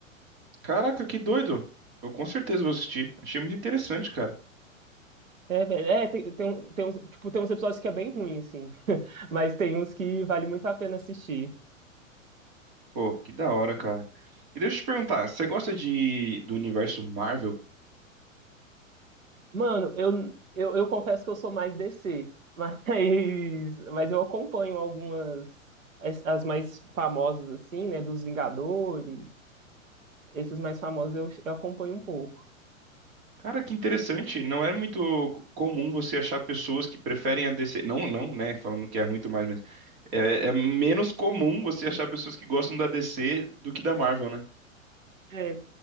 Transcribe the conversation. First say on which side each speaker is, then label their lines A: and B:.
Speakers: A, on the right (about 45°); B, on the right (about 75°).
A: Caraca, que doido. Eu com certeza vou assistir. Achei muito interessante, cara.
B: É, velho, é, tem, tem, um- tem, uns, tipo, tem uns episódios que é bem ruim, assim, <laughs> mas tem uns que vale muito a pena assistir.
A: Pô, que da hora, cara. E deixa eu te perguntar, você gosta de do universo Marvel?
B: Mano, eu, eu, eu confesso que eu sou mais DC, mas, <laughs> mas eu acompanho algumas, as, as mais famosas, assim, né, dos Vingadores, esses mais famosos eu, eu acompanho um pouco.
A: Cara, que interessante. Não é muito comum você achar pessoas que preferem a DC. Não, não, né? Falando que é ruim e tudo mais, mas é, é menos comum você achar pessoas que gostam da DC do que da Marvel, né?
B: É,